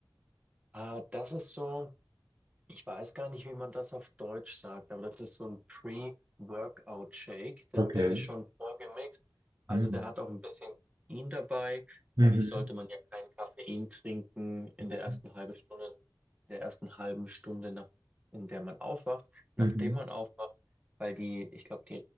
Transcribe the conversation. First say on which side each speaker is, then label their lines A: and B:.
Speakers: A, on the right; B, on the right.
A: Ah, das ist so, ich weiß gar nicht, wie man das auf Deutsch sagt, aber das ist so ein Pre-Workout-Shake. Der,
B: Okay.
A: der ist schon vorgemixt. Also
B: Mhm.
A: der hat auch ein bisschen Koffein dabei.
B: Mhm.
A: Eigentlich sollte man ja kein Koffein trinken in
B: Ja.
A: der ersten halben Stunde, in der ersten halben Stunde, nach, in der man aufwacht, nachdem
B: Mhm.
A: man aufwacht, weil die, ich glaube, die